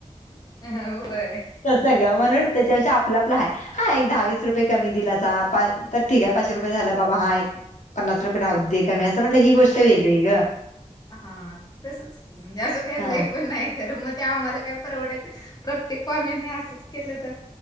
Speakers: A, on the left; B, on the left.
A: होय.
B: तस ग म्हणून त्याच्यापेक्षा आपल आपल हाय हा एक दहावीस रुपये कमी दिलासा तर ठीक आहे पाचशे रुपये झालं बाबा हा एक पन्नास रुपये राहू दे कमी असू म्हटलं ही गोष्ट वेगळी ग
A: हा तसच कि मजे अस काय
B: हा
A: लई पण नाही खर मग ते आम्हाला काय परवडायच. प्रत्येक पाहुण्यासणी असंच केलं तर,